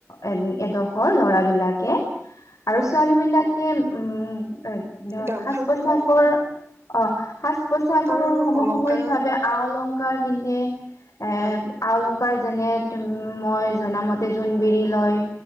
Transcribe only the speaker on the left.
এ এডোখৰ ল'ৰা বিলাকে। আৰু
ছোৱালী বিলাকে উম এ
সাজ পোছাকৰ।
অ', হা উপচাগৰৰ
সমসাময়িকভাৱে
আ- অলংকাৰ পিন্ধে এ
আ-অলংকাৰ কাৰ যেনে মই জনামতে জোনবিৰি লয়